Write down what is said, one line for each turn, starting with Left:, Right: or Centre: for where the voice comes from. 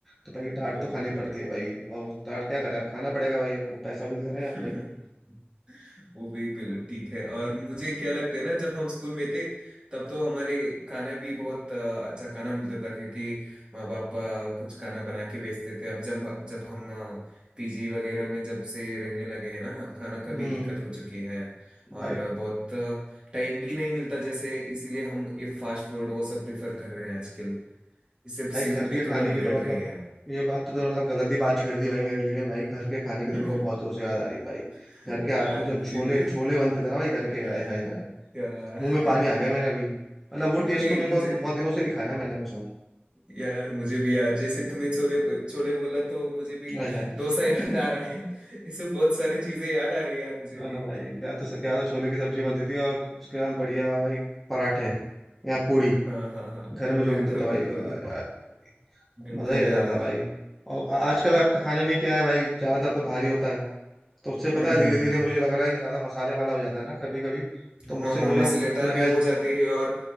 Centre: तो भाई डांट
Right: बिल्कुल
Centre: तो खानी
Right: यार
Centre: पड़ती है भाई और डांट क्या करें अब खाना पड़ेगा भाई अब वो पैसा भी दे रहे
Right: <laughs>
Centre: हैं अपने को
Right: वो भी बिल्कुल ठीक है और मुझे क्या लगता है ना जब हम स्कूल में थे तब तो हमारे खाना भी बहुत अ, अच्छा खाना मिलता था क्योंकि माँ बाप अ, कुछ खाना बना के बेचते थे अब जब जब हम पीजी वगैरह में जब से रहने लगे हैं ना खाना का
Centre: हम्म
Right: भी दिक्कत हो चुकी है
Centre: भाई
Right: और अ, बहुत टाइम भी नहीं मिलता जैसे इसीलिए हम ये फास्ट फूड वो सब प्रेफर कर रहे हैं आजकल इससे
Centre: भाई
Right: सेहत
Centre: घर के
Right: भी
Centre: खाने
Right: थोड़ा बिगड़
Centre: की तो मतलब
Right: रही है
Centre: ये बात तो तुमने मतलब गलत ही बात छेड़ दी भाई मेरे लिए भाई घर के खाने की तो
Right: यार
Centre: मेरे को बहुत जोर से याद आ रही है भाई
Right: <laughs>
Centre: घर के
Right: यार
Centre: आदमी जो
Right: मुझे
Centre: छोले
Right: भी
Centre: छोले बनते थे ना भाई घर के हाय
Right: <laughs>
Centre: हाय हाय
Right: यार
Centre: मुंह में पानी आ
Right: <laughs>
Centre: गया मेरे अभी मतलब वो टेस्ट
Right: हे
Centre: तो मेरे
Right: मुझे
Centre: को बहुत दिनों से नहीं खाया मैंने वो सब
Right: यार मुझे भी यार जैसे तुम्हें छोले छोले बोला तो मुझे भी
Centre: ओए है
Right: डोसा याद
Centre: <laughs>
Right: आ रहा है <laughs> ये सब बहुत सारी चीजें याद आ रही है यार मुझे
Centre: ना ना
Right: भी
Centre: भाई क्या तो क्या तो छोले की सब्जी बनती थी और उसके बाद बढ़िया भाई पराठे या पूड़ी
Right: हाँ हाँ हाँ
Centre: घर में जो
Right: बिल्कुल
Centre: बनते थे भाई
Right: बिल्कुल
Centre: यार,
Right: बिल्कुल
Centre: मजा ही आ
Right: यार
Centre: जाता भाई और आजकल आपके खाने में क्या है भाई ज्यादातर तो भारी होता है तो उससे पता
Right: हम्म
Centre: है धीरे
Right: हम्म
Centre: धीरे
Right: हम्म।
Centre: मुझे लग रहा है कि ज्यादा मसाले वाला हो जाता है ना कभी कभी
Right: हाँ
Centre: तो मुझसे
Right: हाँ
Centre: मुझे
Right: मसालेदार
Centre: अब थोड़ा
Right: भी हो
Centre: हेल्थ
Right: जाते हैं और